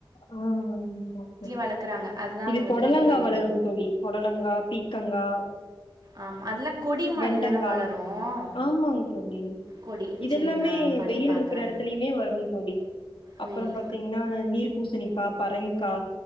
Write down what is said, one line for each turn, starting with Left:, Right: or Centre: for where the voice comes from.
Left: ஆஹ்
Right: வளர்க்குறாங்க. அதுதான்
Left: இது
Right: உங்கள
Left: பொடலங்கா
Right: கேட்டேன் எப்படி
Left: வளரும்
Right: இது
Left: தோழி பொடலங்கா பீக்கங்கா
Right: ஆமா. அதெல்லாம் கொடி மாரி
Left: வெண்டங்காய
Right: தான வளரும்?
Left: ஆமாங் தோழி
Right: கொடி.
Left: இதெல்லாமே
Right: சரி நான் பண்ணி
Left: வெயில்
Right: பார்க்குறேன்.
Left: இருக்கிற இடத்துலயுமே வரு தோழி அப்ரோ
Right: வெயில்
Left: பார்த்தீங்கன்னா நீர்ப ப்பா பரங்கிக்கா